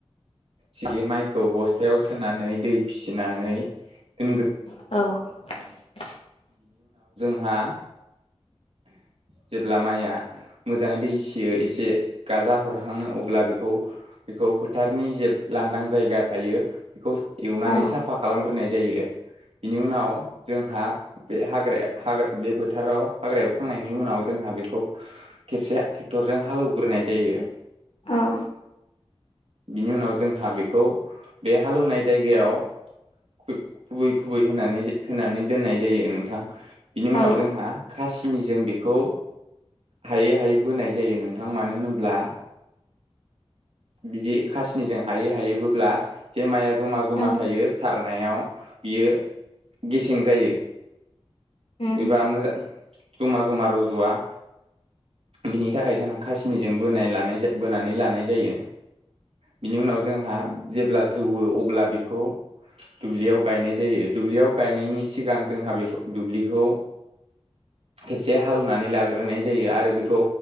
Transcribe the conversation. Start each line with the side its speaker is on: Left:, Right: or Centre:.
Right: सिगि माइखौ बस्थायाव सोनानै दै फिसिनानै दोनग्रो
Left: औ
Right: हा जेब्ला माइआ मोजाङै दैसियो एसे गाजा हरखाङो अब्ला बेखौ बेखौ फोथारनि जे लांदां जायगा थायो बेखौ एवनानै
Left: औ
Right: साफा खालामग्रोनाय जायो बेनि उनाव जोंहा बे हाग्रायाव हाग्रा बे बोथोराव हाग्रा एवखांनायनि उनाव जोंहा बेखौ खेबसेे टेक्थरजों हालौवग्रोनाय जायो।
Left: औ
Right: बिनि उनाव जोंहा बेखौ बे हालेवनाय जायगायाव खुबै खुबै होनानै होनानै दोननाय जायो नोंथां बिनि उनाव
Left: औ
Right: जोंहा खासि खिनि जों बेखौ हायै हायै बोनाय जायो नोंथां मानो होनोब्ला बिदि खासिनिजों हायै हायै बोब्ला बे माइया जमा जमा
Left: औ
Right: थायो सा रनायाव बियो गेसें जायो
Left: उम
Right: एबा मोजा जमा जुमा रजआ बिनि थाखाय जोंहा खासिनिजों बोनाय लानाय जायो बोनानै लानाय जायो बिनि उनाव जोंहा जेब्ला जौवो अब्ला बेखौ दुब्लियाव गायनाय जायो दुब्लियाव गायनायनि सिगां जोंहा बेखौ दुब्लिखौ <inaudible> खेबसे हालेवनानै लाग्रोनाय जायो आरो बेखौ